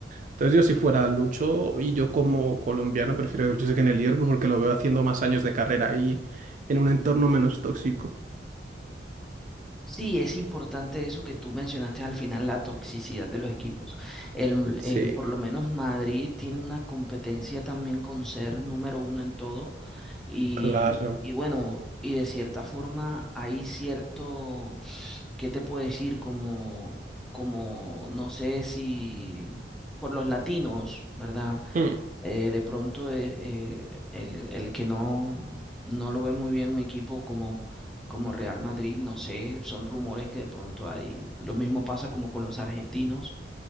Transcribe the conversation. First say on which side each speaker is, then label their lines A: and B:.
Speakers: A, on the right; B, in the centre.
A: Entonces yo si fuera Lucho y yo como colombiano prefiero que Lucho se quede en el Liverpool porque lo veo haciendo más años de carrera ahí en un entorno menos tóxico.
B: Sí, es importante eso que tú mencionaste al final, la toxicidad de los equipos. El,
A: Sí,
B: el, por lo menos Madrid tiene una competencia también con ser número uno en todo y,
A: claro.
B: y bueno, y de cierta forma hay cierto, ¿qué te puedo decir? Como, como, no sé si por los latinos, ¿verdad?
A: Mm,
B: eh, de pronto es eh, el, el que no, no lo ve muy bien un equipo como, como Real Madrid, no sé, son rumores que de pronto hay. Lo mismo pasa como con los argentinos,